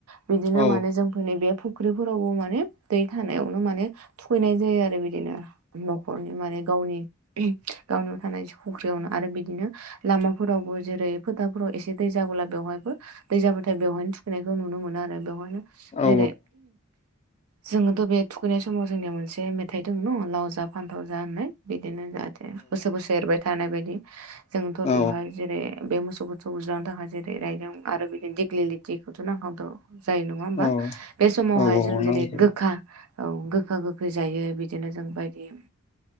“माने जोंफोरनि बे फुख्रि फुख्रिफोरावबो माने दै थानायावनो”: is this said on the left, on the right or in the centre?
Right